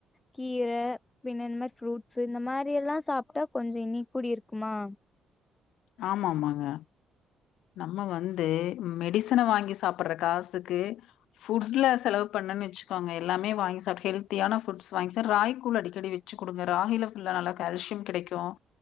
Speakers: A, on the left (about 20°); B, on the left (about 80°).
A: கீரை பின்ன இந்த மாறி ஃப்ரூட்ஸ்சு இந்த மாறி எல்லா சாப்ட்டா கொஞ்வே இனி கூடி இருக்குமா
B: ஆமா ஆமாங்க நம்ம வந்து மெடிசனை வாங்கி சாப்புட்ற காசுக்கு ஃபுட்ல செலவு பண்ணோன்னு வச்சுக்கோங்க எல்லாமே வாங்கி சாப்ட்டு ஹெல்த்தியான ஃபுட்ஸ் வாங்கி சாப்ட் ராகி கூழ் அடிக்கடி வச்சு குடுங்க ராகில புல்லா நல்லா கால்சியம் கெடைக்கும்